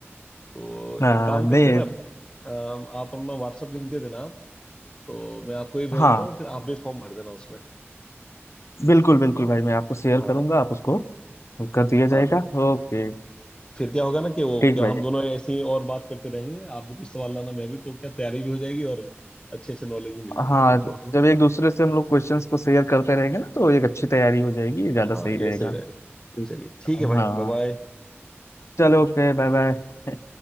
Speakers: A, on the left (about 20°); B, on the left (about 80°).
A: तो
B: नहीं
A: एक काम करते हैं ना अम, आप अपना व्हाट्सएप लिंक दे देना आप तो मैं आपको ही भेज
B: हाँ
A: देता हूँ फिर आप भी फॉर्म भर देना उसमें
B: बिल्कुल बिल्कुल भाई मैं आपको शेयर
A: हाँ
B: करूंगा आप उसको कर दिया
A: हाँ
B: जाएगा
A: हाँ।
B: ओके
A: फिर क्या होगा ना कि वो
B: ठीक
A: क्या
B: भाई
A: हम दोनों ऐसे ही और बात करते रहेंगे आप भी कुछ सवाल लाना मैं भी तो क्या तैयारी भी हो जाएगी और अच्छे अच्छे नॉलेज ही मिल जाएंगे
B: हाँ
A: हम लोग को है ना
B: जब एक दूसरे से हम लोग क्वेश्चंस को शेयर करते रहेंगे ना तो एक अच्छी तैयारी हो जाएगी ज्यादा
A: हाँ
B: सही
A: ये
B: रहेगा
A: सही रहेगा
B: ठीक
A: चलिए ठीक है भाई
B: हाँ
A: बाय बाय
B: चलो ओके बाय बाय